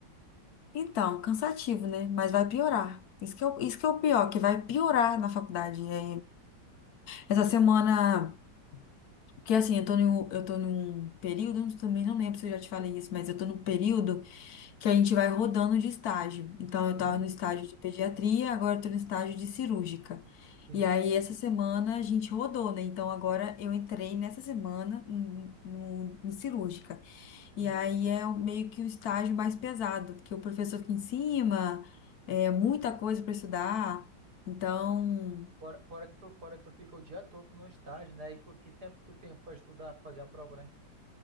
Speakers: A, on the left (about 60°); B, on the right (about 55°).
A: então, cansativo, né? Mas vai piorar. Isso que é, o- isso que é o pior, que vai piorar na faculdade. É, essa semana. Porque assim, eu tô, num, eu tô num período, eu também não lembro se eu já te falei isso, mas eu tô num período. que a gente vai rodando de estágio. Então, eu
B: Uhum,
A: estava no estágio de pediatria, agora estou no estágio de cirúrgica.
B: sim.
A: E aí, essa semana a gente rodou, né? Então, agora eu entrei nessa semana no, no- em cirúrgica.
B: Uhum.
A: E aí é o- meio que o estágio mais pesado, porque o professor fica em cima, é muita coisa para estudar. Então,
B: Fora, fora que tu, fora que tu fica o dia todo no estágio, né? E com que tempo que tu tem pra estudar, pra fazer a prova, né?